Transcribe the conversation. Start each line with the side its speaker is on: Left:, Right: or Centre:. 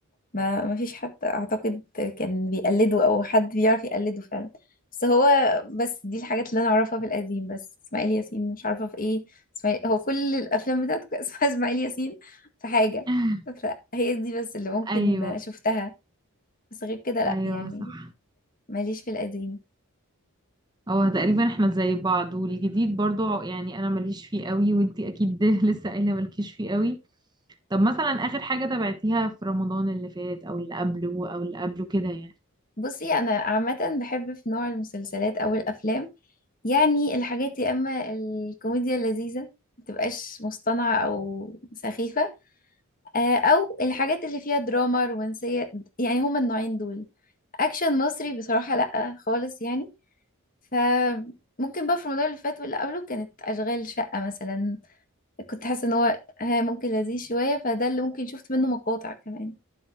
Left: ما ما فيش حد اعتقد كان بيقلده او حد بيعرف يقلده فعلا بس هو بس دي الحاجات اللي انا اعرفها في القديم بس اسماعيل ياسين مش عارفه في ايه اسماعيل هو كل الافلام بتاعته كان اسمها <laughs> اسماعيل ياسين في حاجه
Right: <laughs>
Left: فهي دي بس اللي ممكن
Right: ايوه
Left: شفتها بس غير كده لا
Right: ايوه
Left: يعني
Right: صح
Left: ماليش في القديم
Right: هو تقريبا احنا زي بعض والجديد برضو يعني انا ماليش فيه قوي وانتي اكيد <laughs> ده لسه قايله مالكيش فيه قوي طب مثلا اخر حاجه تابعتيها في رمضان اللي فات او اللي قبله او اللي قبله كده يعني
Left: بصي انا عامه بحب في نوع المسلسلات او الافلام يعني الحاجات يا اما الكوميديا اللذيذه متبقاش مصطنعه او سخيفه آه، او الحاجات اللي فيها دراما رومانسية يعني هما النوعين دول اكشن مصري بصراحة لا خالص يعني فممكن بقى في رمضان اللي فات واللي قبله كانت اشغال شقة مثلا كنت حاسة ان هو ها ممكن لذيذ شوية فده اللي ممكن شفت منه مقاطع كمان